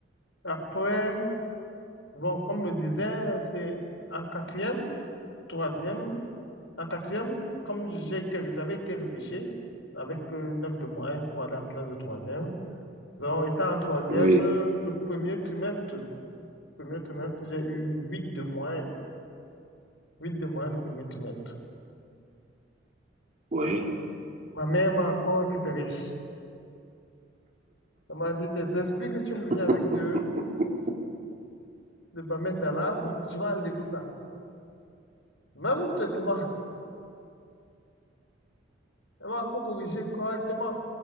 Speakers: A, on the left; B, on the right.
A: après, bon, comme je le disais, c'est en quatrième, troisième. En quatrième, comme j'ai été, j'avais été repêché avec euh, 9 de moyenne pour aller en classe de troisième. Donc, étant en troisième,
B: oui,
A: euh, le premier trimestre, premier trimestre, j'ai eu huit de moyenne, 8 de moyenne au premier trimestre.
B: oui.
A: Ma mère m'a encore récupéré. Elle m'a dit, tes esprits que tu es
B: <laughs>
A: venu avec de, de Bamendala, <laughs> bon, tu vas enlever ça. Même traitement, elle m'a encore corrigé correctement.